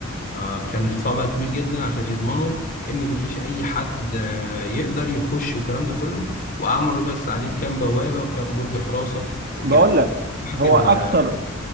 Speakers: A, on the left; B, on the right.
A: آه، كان ارتفاع بقى كبير جدا عشان يضمنوا ان مفيش اي حد آه، يقدر يخش والكلام ده كله وعملوا بس عليه كام بوابه وكام برج حراسه وكده
B: بقول لك
A: فاكر
B: هو اكتر
A: آه،